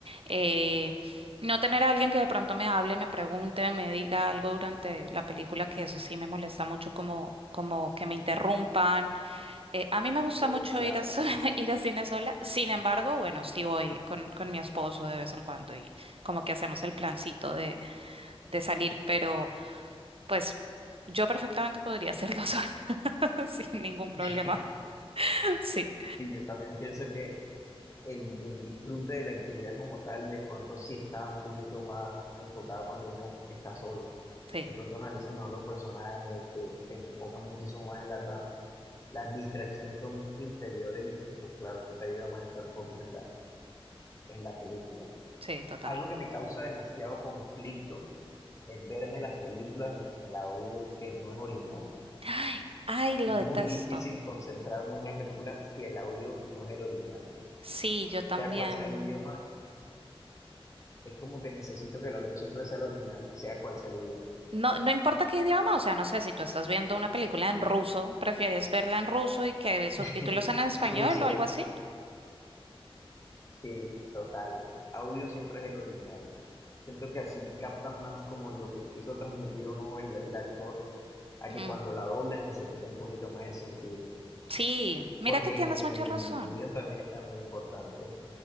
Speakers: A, on the right; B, on the left.
A: eh, no tener a alguien que de pronto me hable, me pregunte, me diga algo durante la película, que eso sí me molesta mucho, como, como que me interrumpan. Eh, a mí me gusta
B: Demasiado.
A: mucho ir a, so- <laughs> ir a cine sola. Sin embargo, bueno, sí voy con, con mi esposo de vez en cuando y como que hacemos el plancito de salir, pero pues yo perfectamente podría hacerlo <laughs> sola, sin ningún problema.
B: <laughs>
A: Sí,
B: Y yo también pienso que el, el disfrute de la actividad como tal, de pronto sí está un poquito más enfocada cuando uno está solo.
A: sí,
B: De pronto analiza mejor los personajes, te, te enfocas muchísimo más en la trama. Las distracciones son inferiores y pues claro, eso te ayuda más a estar focus en la, en la película.
A: sí, total.
B: Algo que me causa demasiado conflicto es verme las películas en el audio que no es original.
A: Ay, ay, lo
B: Es
A: detesto.
B: muy difícil concentrarme en una película si el audio no es el original
A: Sí, yo también.
B: sea cual sea el idioma, es como que necesito que el audio siempre sea el original, sea cual sea el idioma.
A: No, no importa qué idioma, o sea, no sé, si tú estás viendo una película en ruso, ¿prefieres verla en ruso y que subtítulos
B: <laughs>
A: en español
B: Ruso,
A: o algo así?
B: sí, total. Audio siempre es el original. Siento que así captas más como lo que quiso transmitir o no el, el actor, a
A: Mm,
B: que cuando la doblan y se pierde un poquito más el sentido.
A: Sí, mira
B: Porque
A: que tienes
B: en, en
A: mucha
B: el
A: razón.
B: sonido también está muy importante.